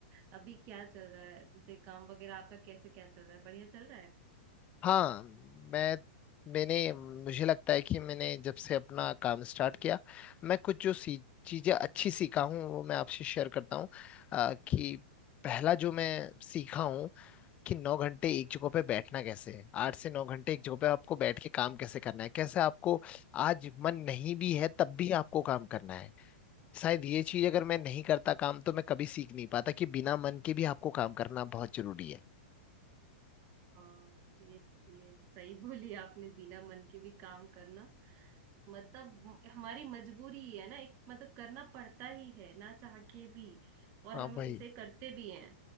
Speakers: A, on the right; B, on the left.
A: अ, अभी क्या चल रहा है जैसे काम वगैरह आपका कैसे क्या चल रहा है बढ़िया चल रहा है
B: हाँ मैं मैंने मुझे लगता है कि मैंने जब से अपना काम स्टार्ट किया मैं कुछ जो सी चीज़ें अच्छी सीखा हूँ वो मैं आपसे शेयर करता हूँ अ, कि पहला जो मैं सीखा हूँ कि नौ घंटे एक जगह पे बैठना कैसे है आठ से नौ घंटे एक जगह पे आपको बैठ के काम कैसे करना है कैसे आपको आज मन नहीं भी है तब भी आपको काम करना है शायद ये चीज़ अगर मैं नहीं करता काम तो मैं कभी सीख नहीं पाता कि बिना मन के भी आपको काम करना बहुत जरूरी है
A: हाँ ये तो ये तो सही <laughs> बोली आपने बिना मन के भी काम करना मतलब म- हमारी मजबूरी ही है ना एक मतलब करना पड़ता ही है ना चाह के भी और
B: हाँ
A: हमें
B: भाई
A: उसे करते भी हैं